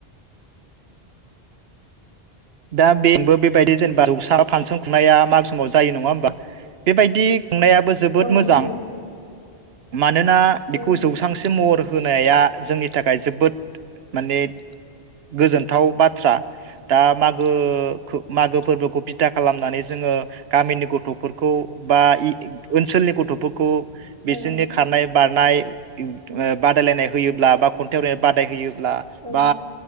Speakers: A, on the right; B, on the right.
A: दा बेबो बेबायदि जेनेबा जौसा फांसन खुंनाया माग समाव जायो नङा होमबा बेबायदि खुंनायाबो जोबोद
B: औ
A: मोजां।
B: जायो
A: मानोना
B: औ
A: बिखौ जौसांसिम महर होनाया जोंनि थाखाय जोबोद माने गोजोन्थाव बाथ थ्रा दा माग ओ खो मागो फोर्बोखौ बिथा खालामनानै जोङो गामिनि गथ'फोरखौ बायि ओनसोलनि गथ'फोरखौ
B: औ
A: बिसोरनि खारनाय बारनाय इम ओ बादायलायनाय होयोब्ला बा खन्थाइ आवराय बादाय होयो ब्ला
B: औ
A: बा